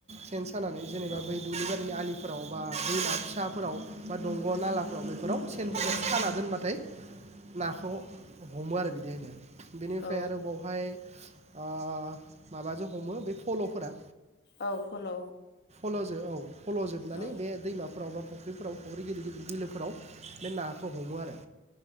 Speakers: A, on the right (about 30°); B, on the left (about 50°).
A: सेन सानानै जेनेबा
B: औ
A: बै दुब्लिबारिनि आलिफोराव बा फिसाफोराव बा दंग' नालाफ्राव बेफोराव सेनफोरखौ
B: उम
A: साना दोनबाथाय नाखौ हमो आरो बिदि होनो बेनिफ्राय
B: औ
A: आरो बावहाय ओ माबाजों हमो बे फल'फोरा
B: औ फल'
A: फल' जों औ फल'जोबनानै
B: औ
A: बे दैमा फोराव बा फख्रिफोराव, फख्रि गिदिर गदिर बिलोफोर फोराव बे नाखौ हमो आरो।